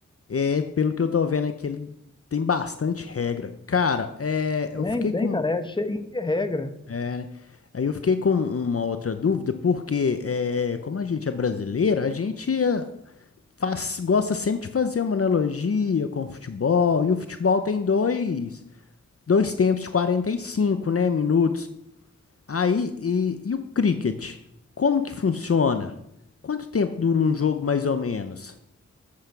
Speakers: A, on the left (about 50°); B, on the left (about 15°).
A: É, pelo que eu tô vendo aqui, ele tem bastante regra. Cara, é, eu
B: Tem,
A: fiquei
B: tem,
A: com.
B: cara, é cheio de regra.
A: é, né? Aí eu fiquei com uma outra dúvida, porque é, como a gente é brasileiro, a gente é, faz, gosta sempre de fazer uma analogia com o futebol, e o futebol tem dois. dois tempos de 45, né, minutos. Aí, e, e o cricket? Como que funciona? Quanto tempo dura um jogo, mais ou menos?